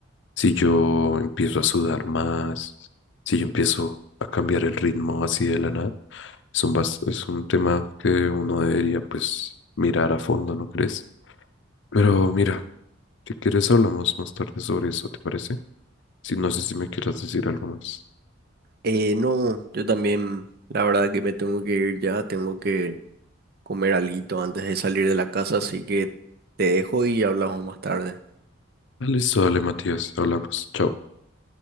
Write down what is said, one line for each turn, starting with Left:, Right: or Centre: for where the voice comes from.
Left: si yo empiezo a sudar más, si yo empiezo a cambiar el ritmo así de la nada, es un, bas- es un tema que uno debería pues mirar a fondo, ¿no crees? Pero mira, si quieres hablamos más tarde sobre eso, ¿te parece? Si no sé si me quieras decir algo más.
Right: Eh, no, yo también, la verdad que me tengo que ir ya, tengo que comer alguito antes de salir de la casa, así que te dejo y hablamos más tarde.
Left: Listo, dale, Matías, hablamos. Chao.